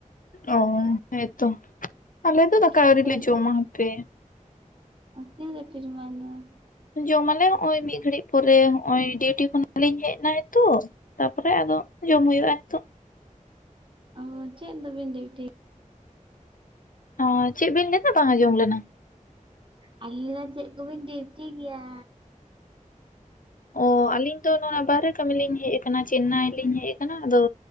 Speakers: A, on the left; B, on the right.
A: ᱚ ᱦᱮᱸᱛᱚ ᱟᱞᱮ ᱫᱚ ᱫᱟᱠᱟ
B: ᱟᱯᱮ
A: ᱟᱹᱣᱨᱤᱞᱮ
B: ᱫᱚᱯᱮ
A: ᱡᱚᱢᱟ ᱦᱟᱯᱮ
B: <unintelligible>
A: ᱡᱚᱢ ᱟᱞᱮ ᱦᱚᱸᱜ-ᱚᱭ ᱢᱤᱫ ᱜᱷᱟᱹᱲᱤᱡ ᱯᱚᱨᱮ ᱦᱚᱸᱜ-ᱚᱭ ᱰᱤᱭᱩᱴᱤ ᱠᱷᱚᱱᱟᱜ ᱞᱤᱧ ᱦᱮᱡ ᱮᱱᱟ ᱦᱤᱛᱳᱜ ᱾ ᱛᱟᱯᱚᱨᱮ ᱟᱫᱚ ᱡᱚᱢ ᱦᱩᱭᱩᱜ-ᱟ ᱦᱤᱛᱚᱜ᱾
B: ᱚ ᱪᱮᱫ ᱫᱚᱵᱤᱱ ᱰᱤᱭᱩᱴᱤ
A: ᱚ ᱪᱮᱫ ᱵᱤᱱ ᱞᱮᱭᱫᱟ ᱵᱟᱝ ᱟᱸᱡᱚᱢ ᱞᱮᱱᱟ?
B: ᱟᱹᱞᱤᱧ ᱞᱮᱭᱫᱟ ᱪᱮᱫ ᱠᱚᱵᱤᱱ ᱰᱤᱭᱩᱴᱤ ᱜᱮᱭᱟ?
A: ᱚ ᱟᱹᱞᱤᱧ ᱫᱚ ᱱᱚᱣᱟ ᱵᱟᱦᱨᱮ ᱠᱟᱹᱢᱤ ᱞᱤᱧ ᱦᱮᱡ ᱟᱠᱟᱱᱟ ᱪᱮᱱᱱᱟᱭ ᱞᱤᱧ ᱦᱮᱡ ᱟᱠᱟᱱᱟ ᱟᱫᱚ